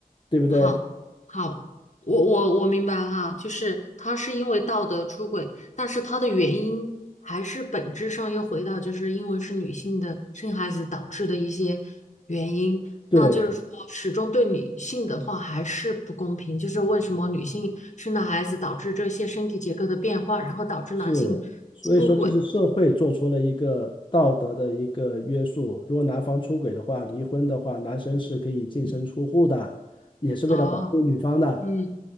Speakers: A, on the left; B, on the left.
A: 对不对？
B: 好，好，我我我明白哈，就是他是因为道德出轨，但是他的原因还是本质上又回到就是因为是女性的生孩子导致的一些原因，
A: 对，
B: 那就是说始终对女性的话还是不公平，就是为什么女性生了孩子导致这些身体结构的变化，然后导致男性
A: 是，所以说这是社会做出了一个道德的一个约束。
B: 出轨
A: 如果男方出轨的话，离婚的话，男生是可以净身出户的，也是为了保护女方的。
B: 啊，嗯。